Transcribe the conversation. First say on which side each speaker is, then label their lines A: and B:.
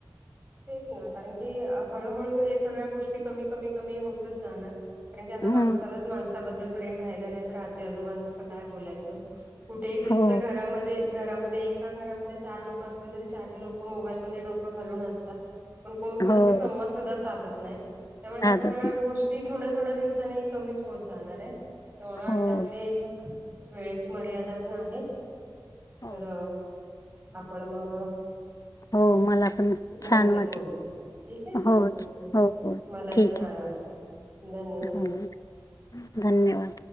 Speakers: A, on the right (about 25°); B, on the left (about 45°).
A: तेच ना कारण की हळूहळू हे सगळ्या गोष्टी कमी कमी कमी होतच जाणार. कारण की आता
B: हम्म.
A: माणसालाच माणसाबद्दल प्रेम राहिलं नाही. राजे आजोबांच काय बोलायचं कुठेही गेलं
B: हो,
A: तर घरामध्ये घरामध्ये एका घरामध्ये चार लोक असले तरी चार लोक मोबाईलमध्ये डोकं घालून असतात. पण कोण कोणाशी
B: हो
A: संवाद सुद्धा साधत नाही त्यामुळे ह्या
B: साधत
A: सगळ्या
B: नाही.
A: गोष्टी ती थोड्या थोड्या दिवसानी कमीच होत जाणार आहे तर मला वाटतं
B: हो.
A: आपले वेळेची मर्यादा पण आहे
B: हो.
A: तर आपण मग
B: हो मला पण छान
A: नंतर
B: वाटलं
A: बोलूया ठीक आहे
B: हो
A: ओके
B: हो हो
A: मलाही
B: ठीक
A: छान
B: आहे
A: वाटलं धन्यवाद
B: हो धन्यवाद